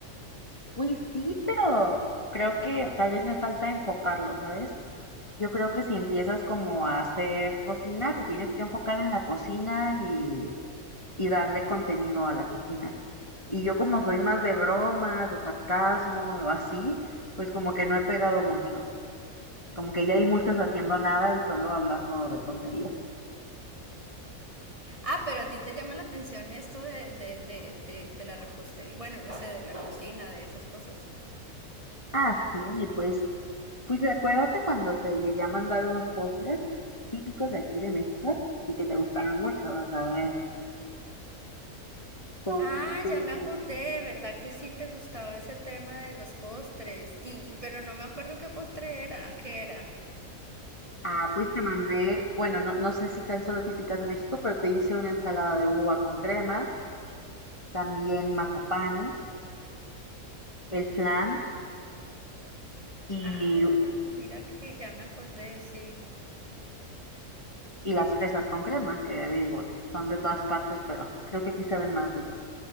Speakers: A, on the left; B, on the right.
A: Pues sí, pero creo que tal vez me falta enfocarlo, ¿sabes? Yo creo que si empiezas como a hacer cocina, te tienes que enfocar en la cocina y, y darle contenido a la cocina. Y yo como soy más de bromas, de sarcasmo o así, pues como que no he pegado mucho. Como que ya hay muchos haciendo nada y solo hablando de tonterías.
B: Ah, pero a ti te llama la atención esto de, de, de, de, de la repostería, bueno, no sé, de la cocina, de esas cosas.
A: Ah, sí, pues Pues acuérdate cuando te llegué a mandar unos postres típicos de aquí de México y que te gustaron mucho, ¿sabes? Son
B: Ah,
A: justo.
B: ya me acordé, ¿verdad que sí te gustaba ese tema de los postres? Y, pero no me acuerdo qué postre era, ¿qué era?
A: Ah, pues te mandé, bueno, no, no sé si sean solo típicas de México, pero te hice una ensalada de uva con crema, también mazapanes, el flan y,
B: Ah, mira que, que ya me acordé, sí.
A: y las fresas con crema, que digo, son de todas partes, pero creo que aquí se ven más ricas.